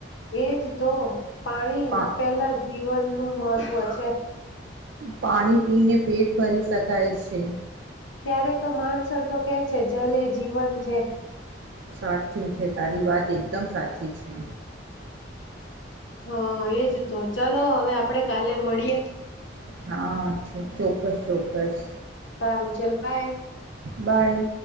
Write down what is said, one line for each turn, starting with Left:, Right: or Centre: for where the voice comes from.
Left: એજ તો પાણી
Right: પા
Left: પેલા જીવન નું મહત્વ છે.
Right: પાણી પી ને પેટ ભરી શકાય છે.
Left: ત્યારે તો માનસ તો કે છે જલે જીવન છે
Right: સાચું છે તારી વાત એકદમ સાચી છે
Left: હા, એજ તો ચાલો હવે આપડે કાલે મળીએે.
Right: હા છે ચોક્કસ ચોક્કસ
Left: સારું છેલ ભાઈ,
Right: બાય